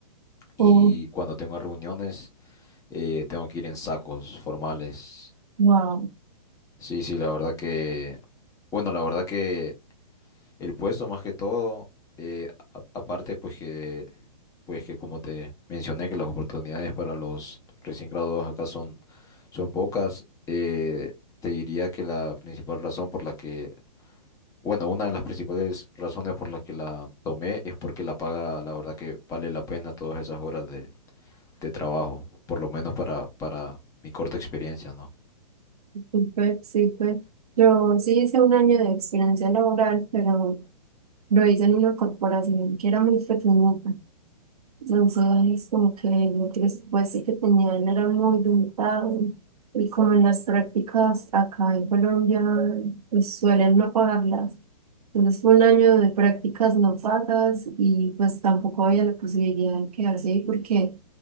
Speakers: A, on the left (about 15°); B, on the right (about 65°).
A: y
B: Oh,
A: cuando tengo reuniones eh, tengo que ir en sacos formales.
B: wow,
A: Sí, sí, la verdad que, bueno, la verdad que el puesto más que todo, eh, a- aparte pues que, pues que como te mencioné que las oportunidades para los recién graduados acá son, son pocas, eh, te diría que la principal razón por la que, bueno, una de las principales razones por las que la tomé es porque la paga, la verdad que vale la pena todas esas horas de, de trabajo, por lo menos para, para mi corta experiencia, ¿no?
B: súper, súper. Yo sí hice un año de experiencia laboral, pero lo hice en una corporación que era muy pequeñita. Entonces, como que el presupuesto que tenían era muy limitado. Y como en las prácticas acá en Colombia, pues suelen no pagarlas. Entonces, fue un año de prácticas no pagas y pues tampoco había la posibilidad de quedarse ahí porque.